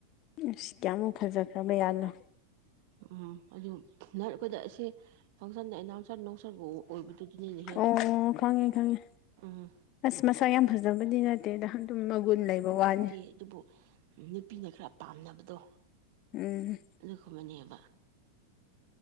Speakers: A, on the left; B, on the right.
A: ꯑꯁ ꯀꯌꯥꯃꯨꯛ ꯐꯖꯈ꯭ꯔꯕ ꯌꯥꯅꯣ
B: ꯎꯝ ꯑꯗꯨ ꯅꯔ ꯑꯩꯈꯣꯏꯗ ꯑꯁꯤ ꯐꯪꯁꯟꯗ ꯑꯅꯥꯎꯟꯁꯔ ꯅꯨꯡꯁꯔꯕꯨ ꯑꯣꯏꯕꯗꯨꯒꯤꯅꯤꯅꯦꯍꯦ
A: ꯑꯣ ꯈꯪꯉꯦ ꯈꯪꯉꯦ
B: ꯎꯝ
A: ꯑꯁ ꯃꯁꯛ ꯌꯥꯝ ꯐꯖꯕꯗꯤ ꯅꯠꯇꯦꯗ ꯑꯗꯨꯝ ꯃꯒꯨꯟ ꯂꯩꯕ ꯋꯥꯅꯤ
B: ꯏ ꯑꯗꯨꯕꯨ ꯅꯨꯄꯤꯅ ꯈꯔ ꯄꯥꯝꯅꯕꯗꯣ
A: ꯎꯝ
B: ꯑꯗꯨꯈꯨꯝꯕꯅꯦꯕ